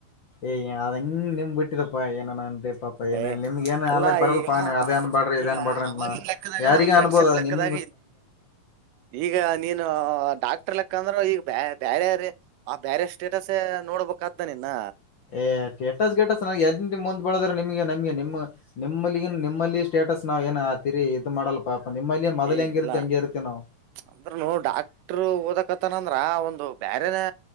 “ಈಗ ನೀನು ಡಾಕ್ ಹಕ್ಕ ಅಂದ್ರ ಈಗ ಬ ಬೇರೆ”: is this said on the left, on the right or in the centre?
Right